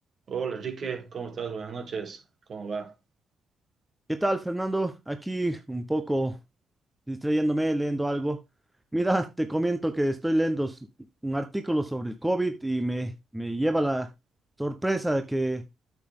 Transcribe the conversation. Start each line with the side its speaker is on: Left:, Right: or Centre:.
Right: Hola Enrique, ¿cómo estás? Buenas noches, ¿cómo va?
Centre: ¿Qué tal, Fernando? Aquí un poco distrayéndome, leyendo algo. Mira, te comento que estoy leyendo s- un artículo sobre el COVID y me, me lleva la sorpresa de que